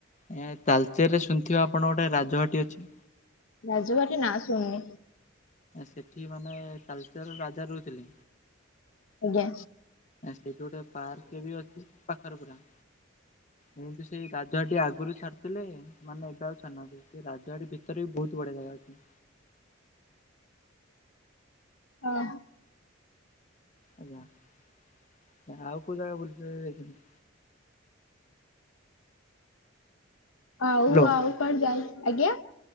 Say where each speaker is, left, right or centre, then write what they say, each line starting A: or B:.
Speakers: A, on the left; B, on the left.
A: ଏ ତାଲଚେରେ ଶୁଣିିଥିବେ ଆପଣ ଗୋଟେ ରାଜବାଟି ଅଛି?
B: ରାଜବାଟି ନା ଶୁଣିନି।
A: ସେଠି ମାନେ ତାଳଚେର ରଜା ରହୁଥିଲେ।
B: ଆଜ୍ଞା।
A: ସେଇଠି ଗୋଟେ ପାର୍କ ବି ଅଛି ପାଖରେ ପୁରା। ମୁଁ ବି ସେଇ ରାଜବାଟି ଆଗରୁ ଛାଡିଥିଲେ ମାନେ ଏବେ ଆଉ ଛାଡ଼ୁନାହାନ୍ତି ସେ ରାଜବାଟି ଭିତରେ ବି ବହୁତ ବଢି <unintelligible>
B: ଓହୋ।
A: ଆଜ୍ଞା ଆଉ କୋଉ ଜାଗା ବୁଲିବାକୁ ଯାଇଛନ୍ତି?
B: ଆଉ
A: ହ୍ୟାଲୋ
B: ଆଉ କୁଆଡେ ଯାଏ ଆଜ୍ଞା?